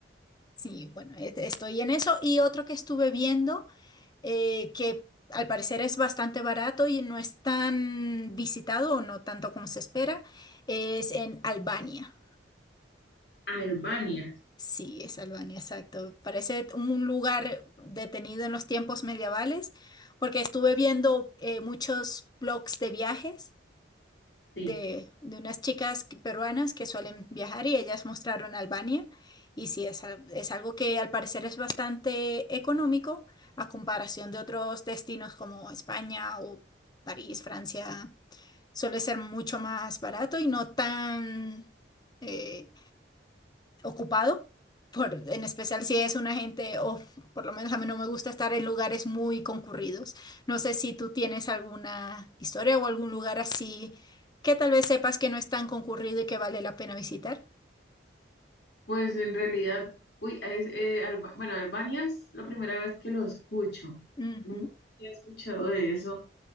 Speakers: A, on the left (about 20°); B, on the left (about 60°).
A: Sí, bueno, e- estoy en eso. Y otro que estuve viendo, eh, que al parecer es bastante barato y no es tan visitado o no tanto como se espera, es en Albania.
B: Albania,
A: Sí, es Albania, exacto. Parece un lugar detenido en los tiempos medievales, porque estuve viendo eh, muchos blogs de viajes.
B: sí.
A: de, de unas chicas que- peruanas que suelen viajar y ellas mostraron Albania. Y sí, es, al- es algo que al parecer es bastante económico a comparación de otros destinos como España o París, Francia. Suele ser mucho más barato y no tan, eh, ocupado, por, en especial si es una gente, o por lo menos a mí no me gusta estar en lugares muy concurridos. No sé si tú tienes alguna historia o algún lugar así que tal vez sepas que no es tan concurrido y que vale la pena visitar.
B: Pues en realidad, uy, es, eh, Alba- bueno, Albania es la primera vez que lo escucho.
A: Ujú,
B: Nunca había escuchado de eso.